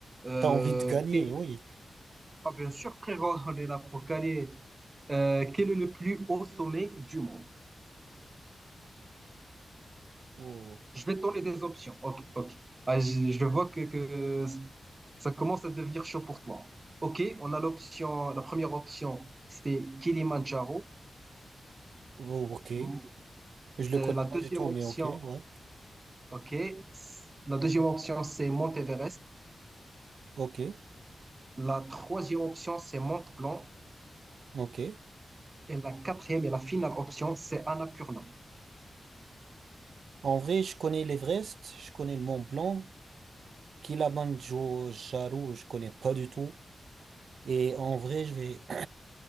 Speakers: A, on the right; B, on the right.
A: Euh,
B: T'as envie de gagner,
A: que-
B: oui.
A: Ah bien sûr, frérot, on est là pour gagner. Euh, quel est le plus haut sommet du monde?
B: Oh,
A: Je vais te donner des options. Ok, ok. Ah, je, je vois que, que ça commence à devenir chaud pour toi. Ok, on a l'option, la première option, c'est Kilimandjaro.
B: oh, ok.
A: M-
B: Je le
A: euh,
B: connais
A: la deuxième
B: pas du tout,
A: option,
B: mais ok, ouais.
A: ok, s- la deuxième option, c'est Mont Everest.
B: Ok,
A: La troisième option, c'est Mont Blanc.
B: ok.
A: Et la quatrième et la finale option, c'est Annapurna.
B: En vrai, je connais l'Everest, je connais le Mont Blanc, Kilimandjaro, je connais pas du tout. Et en vrai, je vais